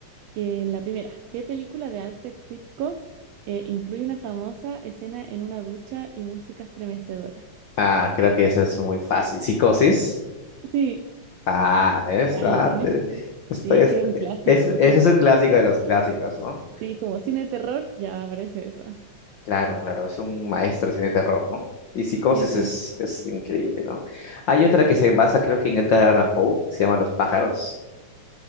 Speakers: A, on the right; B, on the left.
A: que la primera, ¿qué película de Alfred Hitchcock eh, incluye una famosa escena en una ducha y música estremecedora?
B: Ah, creo que esa es muy fácil. Psicosis.
A: Sí,
B: Ah, es,
A: vaya,
B: ah,
A: tienes.
B: te- estoy,
A: Sí, es
B: estoy-
A: que es un clásico,
B: es,
A: es
B: ese
A: como,
B: es un clásico de los clásicos, ¿no?
A: sí, como cine de terror, ya aparece esa.
B: Claro, claro, es un maestro del cine de terror, ¿no? Y Psicosis
A: Sí, sí.
B: es, es increíble, ¿no? Hay otra que se basa, creo que en Edgar Allan Poe, se llama Los pájaros.